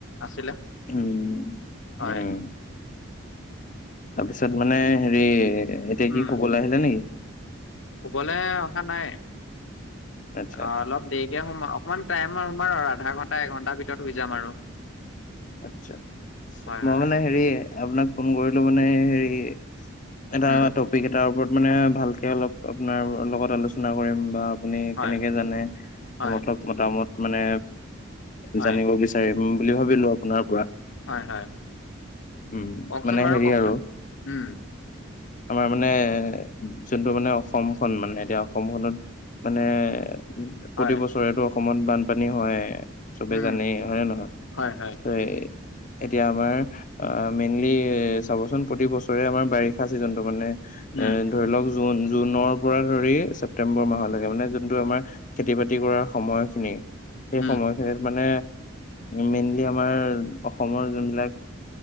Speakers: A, on the left; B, on the left.
A: আছিলে
B: উম উম
A: হয়
B: তাৰপিছত মানে হেৰি এতিয়া
A: উম
B: কি শুবলে আহিলে নেকি
A: শুবলে অহা নাই
B: আচ্ছা
A: অ
B: আচ্ছা
A: অলপ দেৰিকে শুম আক অকমান টাইম আৰু তোমাৰ আধা ঘণ্টা এঘণ্টাৰ ভিতৰত শুই যাম আৰু
B: আচ্ছা
A: হয়
B: মই
A: হয়
B: মানে হেৰি আপোনাক ফোন কৰিলো মানে হেৰি এটা
A: উম
B: টপিক এটাৰ ওপৰত মানে ভালকে অলপ আপোনাৰ লগত আলোচনা কৰিম বা আপুনি
A: হয়
B: কেনেকে জানে
A: হয়
B: মতলব' মতামত মানে
A: হয়
B: জানিব বিচ চাৰিম বুলি ভাবিলো আপোনাৰ পৰা
A: হয় হয়
B: উম
A: কওকচোন
B: মানে
A: বাৰু
B: হেৰি
A: কওকচোন
B: আৰু
A: উম
B: আমাৰ মানে যোনটো মানে অসমখন মানে এতিয়া অসমখনত মানে উ
A: হয়
B: প্ৰতি বছৰেটো অসমত বানপানী হয়ে চবে
A: উম
B: জানেই হয়নে নহয়
A: হয় হয়
B: সেই এতিয়া আমাৰ আ মেইনলি চাবচোন প্ৰতি বছৰে আমাৰ বাৰিষা চিজন টো মানে এ
A: উম
B: ধৰি লওক জুন জুনৰ পৰা ধৰি ছেপ্তেম্বৰ মাহলেকে মানে যোনটো আমাৰ খেতি বাতি কৰাৰ সময়খিনি সেই
A: উম
B: সময়খিনিত মানে মেইনলি আমাৰ অসমৰ যোনবিলাক